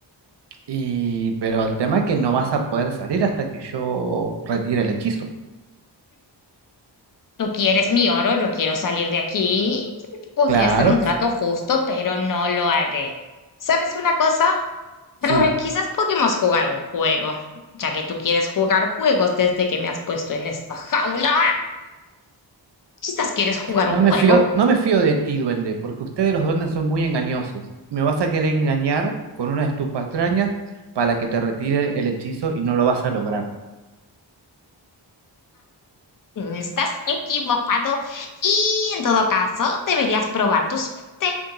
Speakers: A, on the right (about 65°); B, on the left (about 45°).
A: Y pero el tema es que no vas a poder salir hasta que yo retire el hechizo.
B: Tú quieres mi oro, yo quiero salir de aquí. Podría
A: Claro,
B: ser un trato
A: s-
B: justo, pero no lo haré. ¿Sabes una cosa?
A: sí,
B: <laughs> Quizás podemos jugar un juego, ya que tú quieres jugar juegos desde que me has puesto en esta jaula. Quizás quieres jugar un
A: No
B: juego.
A: me fío, no me fío de ti, duende, porque ustedes los duendes son muy engañosos. Me vas a querer engañar con una de tus patrañas para que te retire el hechizo y no lo vas a lograr.
B: si no Estás equivocado y en todo caso deberías probar tu suerte,